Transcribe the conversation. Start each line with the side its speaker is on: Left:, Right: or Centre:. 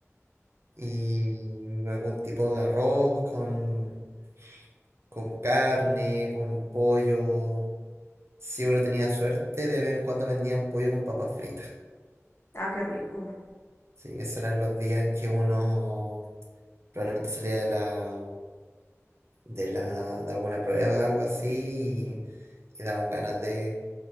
Right: Y algún tipo de arroz con, con carne, con pollo. Si uno tenía suerte, de vez en cuando vendían pollo con papas fritas.
Left: Ah, qué rico.
Right: Sí, esos eran los días en que uno probablemente salía de la, de la, de alguna prueba o algo así y, y daban ganas de